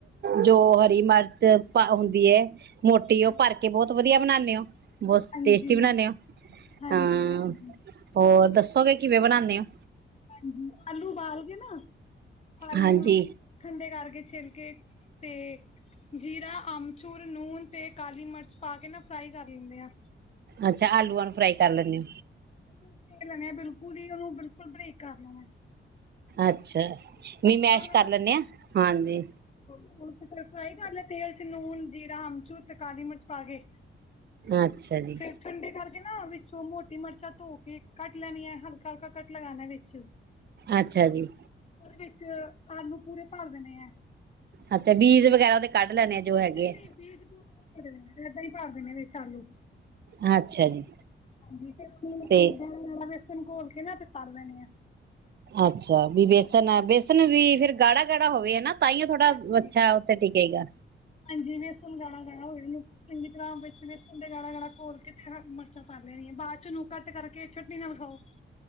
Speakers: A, on the right (about 55°); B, on the left (about 30°).
A: ਜੋ ਹਰੀ ਮਿਰਚ ਹੁੰਦੀ ਹੈ ਮੋਟੀ
B: ਹਾਂਜੀ
A: ਉਹ ਭਰ ਕੇ ਬਹੁਤ ਵਧੀਆ ਬਣਾਉਂ <inaudible> ਬਹੁਤ
B: ਹਾਂਜੀ
A: ਟੇਸਟੀ ਬਣਾਦੇ ਹੋ
B: ਹਾਂਜੀ
A: ਹਾਂ
B: ਹਾਂਜੀ
A: ਹੋਰ ਦੱਸੋਗੇ ਕਿਵੇਂ ਬਣਾਉਂਦੇ ਹੋ
B: ਹਾਂਜੀ ਆਲੂ ਉਬਾਲ ਗ ਨਾ ਆਲੂ
A: ਹਾਂਜੀ
B: ਨੂੰ ਠੰਡੇ ਕਰਕੇ ਛਿਲਕੇ ਤੇ ਜੀਰਾ ਆਮਚੂਰ ਲੂਣ ਤੇ ਕਾਲੀ ਮਿਰਚ ਪਾ ਕੇ ਨਾ ਫਰਾਈ ਕਰ ਲੈਂਦੇ ਹਾਂ
A: ਅੱਛਾ ਅੱਲੂਆ ਨੂੰ ਫਰਾਾਈ ਕਰ ਲੈਣੇ
B: ਬਿਲੁਲ ਸੇਖ ਲੈਣੇ ਆ ਬਿਲਕੁਲ ਹੀ ਉਹਨੂੰ ਬਿਲਕੁਲ ਬਰੇਕ ਕਰ ਲੈਣਾ
A: ਅੱਛਾ
B: ਉਸ
A: ਵੀ
B: ਤੋਂ
A: ਮੈਸ਼
B: ਬਾਅਦ
A: ਕਰ ਲੈੇ ਆ ਹਾਂਜੀ
B: ਉਥ ਫਾਈ ਕਰਨਾ ਤੇਲ ਚ ਨੂਨ ਜੀਰਾ ਹਮਚੂ ਤੇ ਕਾਲੀ ਮਚ ਪਾਗੇ
A: ਅੱਛਾ ਜੀ
B: ਫਿਰ ਠੰਡੇ ਕਰਕੇ ਨਾ ਵਿੱਚੋਂ ਮੋ ਟੀ ਮਿਰਚਾਂ ਧੋ ਕੇ ਕੱਟ ਲੈਣੀੀਆਂ ਹਲਕਾ ਹਲਕਾ ਕੱਟ ਲਗਾਣਾ ਵਿੱਚ
A: ਅੱਛਾ ਜੀ
B: ਉਹਦੇ ਵਿੱਚ ਆਲੂ ਪੂਰੇ ਭਰ ਦੇਣੇ ਹੈ
A: ਅੱਛਾ ਬੀਜ ਵਗੈਰਾ ਕੱਢ ਲੈਣੇ ਆ ਜੋ ਹੈਗੇ
B: ਨਹੀਂ ਨਹੀਂ
A: ਆ
B: ਬੀਜ ਬੂਜ ਨਹੀਂ ਇੱਦਾਂ ਹੀ ਪਾ ਦੇਣੇ ਨੇ ਆਲੂ
A: ਆ ਅੱਛਾ ਜੀ
B: ਹਾਂਜੀ ਦਸ਼ਨ
A: ਤੇ
B: ਕੋਲ ਕਿਨਾਂ ਤੇ ਪ ਲੈਣੀ ਆ
A: ਅੱਛਾ ਵੀ ਬੇਸਨ ਬੇਸਨ ਵੀ ਫੇਿਰ ਗਾੜਾ ਗਾੜਾ ਹੋਵੇ ਨਾ ਤਾਂਾਈਓ ਥੋੜਾ
B: ਹਾਂਜੀ
A: ਅੱਛਾ ਉੱਥੇ ਟਕੇਗਾ
B: ਹਾਂਜੀ ਵੀ ਹੁਣ ਗਾਣਾ ਗਾਣਾ ਹੋਏ ਉਹਨ ਚੰਗੀ ਤਰ੍ਹਾਂ ਵਿੱਚੇਸ ਤੇ ਗਾਲਾਾ ਗਾਲਾਾ ਘੋਲ ਕੇ ਤੇ ਮਿਰਚਾਂ ਪਾ ਲੈਣੀਆਂ ਬਾਦ ਚ ਨੂੰ ਕੱਟ ਕਰਕੇ ਚਟ ਨਾਲ ਖਾਓ